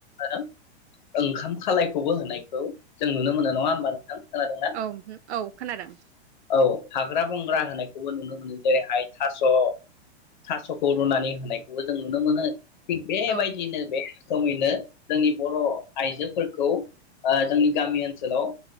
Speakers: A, on the left; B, on the right.
A: <inaudible> ओंखाम खालायखौबो होनायखौ जों नुनो मोनो नङा होमबा नोंथां खोनादोंना?
B: औ औ खोनादों
A: औ हाग्रा बंग्रा होनायखौबो नुनो मोनो जेरैहाय थास' थास'खौ रुनानै होनाय खौबो जों नुनो मोनो थि बेबायदिनो
B: औ
A: बे रोखोमैनो जोंनि बर' आइजोफोरखौ ओ जोंनि गामि ओनसोलाव